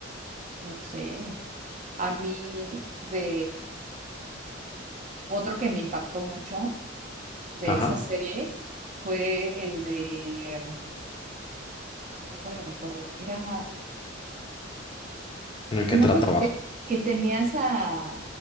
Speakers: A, on the right; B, on the left.
A: no sé. A mí de Otro que me impactó mucho de
B: ajá,
A: esa serie fue el de, ay, ahorita lo recuerdo, era
B: en el que
A: uno
B: trataba.
A: que, que, que tenías a,